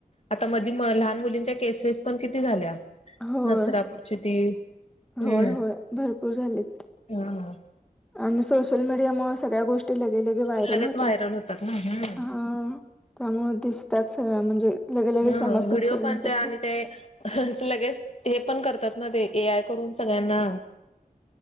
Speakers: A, on the left; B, in the centre.
A: आता मध म लहान मुलींच्या केसेस पण किती झाल्या
B: होय,
A: नसरापूरची ती हम्म
B: होय, होय भरपूर झालेत.
A: हम
B: आणि सोशल मीडियामुळे सगळ्या गोष्टी लगे लगे व्हायरल
A: हा लगेच
B: होतात
A: व्हायरल होतात ना हम्म
B: अ त्यामुळे दिसतात सगळं म्हणजे लगे लगे
A: हा
B: समजतात
A: व्हिडिओ
B: सगळीकडच्या.
A: पानतय आणि ते लगेच हे पण करतात ना ते ए आय करून सगळ्यांना